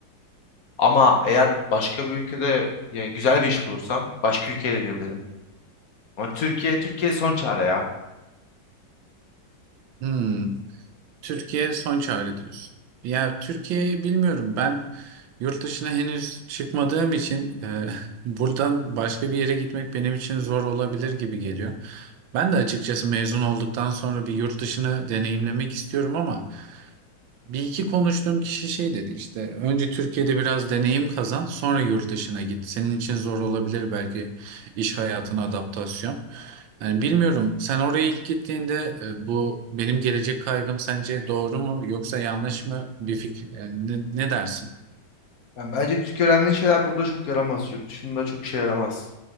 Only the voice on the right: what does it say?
Hmm, Türkiye son çare diyorsun. Ya Türkiye'yi bilmiyorum. Ben yurt dışına henüz çıkmadığım için e, <laughs> buradan başka bir yere gitmek benim için zor olabilir gibi geliyor. Ben de açıkçası mezun olduktan sonra bir yurt dışını deneyimlemek istiyorum ama Bir iki konuştuğum kişi şey dedi işte önce Türkiye'de biraz deneyim kazan sonra yurt dışına git. Senin için zor olabilir belki iş hayatına adaptasyon. Yani bilmiyorum sen oraya ilk gittiğinde e, bu benim gelecek kaygım sence doğru mu yoksa yanlış mı bir fikir yani ne, ne dersin?